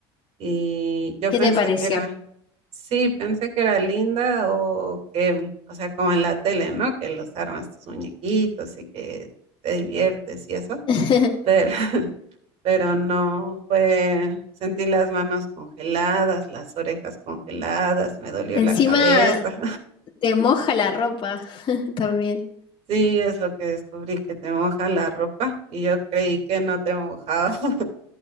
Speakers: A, on the right; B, on the left.
A: y yo
B: ¿Qué
A: pensé
B: te pareció?
A: que era, sí, pensé que era linda o que, o sea, como en la tele, ¿no? Que los armas tus muñequitos y que te diviertes y eso,
B: <laughs>
A: pero, <laughs> pero no fue, sentí las manos congeladas, las orejas congeladas, me dolió
B: Encima,
A: la cabeza.
B: Te moja la ropa <laughs> también.
A: Sí, es lo que descubrí, que te moja la ropa y yo creí que no te mojaba. <laughs>